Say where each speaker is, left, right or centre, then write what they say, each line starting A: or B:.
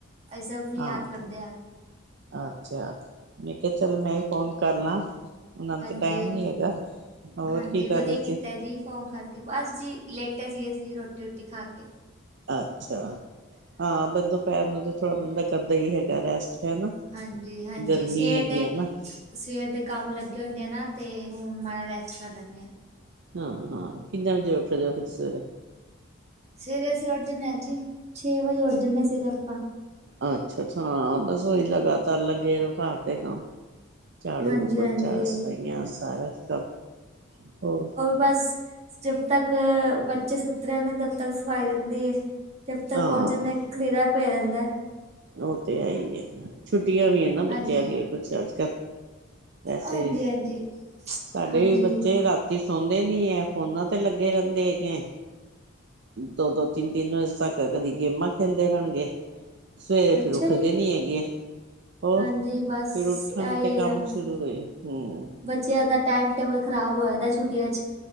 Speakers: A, on the right; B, on the right.
A: ਅਸੀ ਸਭ ਨੂੰ
B: ਹਾਂ,
A: ਯਾਦ ਕਰਦੇ ਆ।
B: ਅੱਛਾ, ਮੈਂ ਕਿਹਾ ਚੱਲ ਮੈਂ ਹੀ ਫੋਨ ਕਰ ਲਾਂ। ਉਹਨਾਂ ਨੂੰ
A: ਹਾਂਜੀ-ਹਾਂਜੀ
B: ਤਾਂ ਟਾਈਮ ਨੀ ਹੈਗਾ, ਹੋਰ ਕੀ ਕਰ
A: ਵਧੀਆ
B: ਰਹੇ ਸੀ?
A: ਕੀਤਾ ਜੀ ਫੋਨ ਕਰਕੇ। ਬਸ ਜੀ ਲੇਟੇ ਸੀ ਅਸੀਂ, ਰੋਟੀ-ਰੋਟੀ ਖਾ ਕੇ।
B: ਅੱਛਾ, ਹਾਂ ਬਸ ਦੁਪਹਿਰ ਨੂੰ ਤਾਂ ਥੋੜ੍ਹਾ ਬੰਦਾ? ਕਰਦਾ ਹੀ ਹੈਗਾ ਰੈਸਟ ਹੈਨਾ!
A: ਹਾਂਜੀ, ਹਾਂਜੀ
B: ਗਰਮੀ
A: ਸਵੇਰ
B: ਹੈਗੀ
A: ਦੇ
B: ਹੈ ਨਾ?
A: ਸਵੇਰ ਦੇ ਕੰਮ ਲੱਗੇ ਹੁੰਦੇ ਆ ਨਾ, ਤੇ ਹੁਣ ਮਾੜਾ ਰੈਸਟ ਕਰ ਲੈਂਦੇ ਹਾਂ।
B: ਹਾਂ ਹਾਂ, ਕਿੰਨੇ ਵਜੇ ਉੱਠ ਦੇ ਹੋ ਫਿਰ ਸਵੇਰੇ?
A: ਸਵੇਰੇ ਅਸੀਂ ਉੱਠ ਜਾਂਦੇ ਹਾਂ ਜੀ, ਛੇ ਵਜੇ ਉੱਠ ਜਾਂਦੇ ਹਾਂ ਸਵੇਰੇ ਆਪਾਂ।
B: ਅੱਛਾ- ਅੱਛਾ ਹਾਂ ਬਸ ਉਹੀ, ਲਗਾਤਾਰ ਲੱਗੇ ਰਹੋ ਘਰ ਦੇ ਕੰਮ? ਝਾੜੂ,
A: ਹਾਂਜੀ,
B: ਪੋਚਾ,
A: ਹਾਂਜੀ
B: ਸਫ਼ਾਈਆਂ, ਸਾਰਾ ਕੰਮ ਹੋਰ।
A: ਬਸ ਜਬ ਤੱਕ ਬੱਚੇ ਸੁਤਤੇ! ਤਦੇ ਦਬ ਤੱਕ ਸਫਾਈ ਰਹਿੰਦੀ ਹੈ ਜਦ ਤੱਕ
B: ਹਾਂ
A: ਜਦਾ ਖਲੀਰਾ ਪੈ ਰਹਿੰਦਾ। <inaudible>
B: ਉਹ ਤੇ ਹੈ ਹੀ ਹੈ! ਛੁੱਟੀਆਂ ਵੀ ਹੈ ਨਾ
A: ਹਾਂਜੀ,
B: ਬੱਚਿਆਂ ਦੀਆਂ ਕੁਛ ਅੱਜਕੱਲ। ਵੈਸੇ
A: ਹਾਂਜੀ,
B: ਵੀ,
A: ਹਾਂਜੀ।
B: ਸਾਡੇ
A: ਹਾਂਜੀ,
B: ਵੀ ਬੱਚੇ ਰਾਤੀ? ਬੱਚੇ ਸੌਦੇ ਨੀ ਹੈ, ਫੋਨਾਂ ਤੇ ਲੱਗੇ ਰਹਿੰਦੇ ਹੈਗੇ। ਦੋ, ਦੋ ਤਿੰਨ, ਤਿੰਨ ਵਜੇ ਤੱਕ? ਕਦੀ ਗੇਮਾਂ ਖੇਲਦੇ ਰਹਿਣਗੇ। ਸਵੇਰੇ ਫਿਰ
A: ਅੱਛਾ
B: ਉੱਠਦੇ
A: ਜੀ।
B: ਨੀ ਹੈਗੇ। ਹੋਰ
A: ਹਾਂਜੀ,
B: ਫਿਰ
A: ਬਸ
B: ਉਠਣ
A: ਐਈ
B: ਤੇ ਕੰਮ
A: ਏ ਨਾ।
B: ਸ਼ੁਰੂ ਹੋਏ ਹੂੰ।
A: ਬੱਚਿਆਂ ਦਾ ਟਾਈਮ- ਟੇਬਲ ਖਰਾਬ ਹੋਆ, ਇਹਦਾ ਛੁੱਟੀਆਂ 'ਚ?